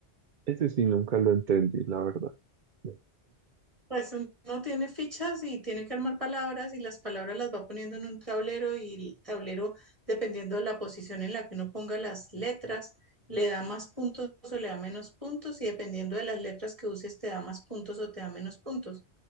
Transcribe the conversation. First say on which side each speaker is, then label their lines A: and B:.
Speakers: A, on the right; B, on the right.
A: ese sí nunca lo entendí, la verdad. Mm,
B: Pues uno tiene fichas y tiene que armar palabras y las palabras las va poniendo en un tablero y el tablero, dependiendo de la posición en la que uno ponga las letras, le da más puntos o le da menos puntos y dependiendo de las letras que uses te da más puntos o te da menos puntos.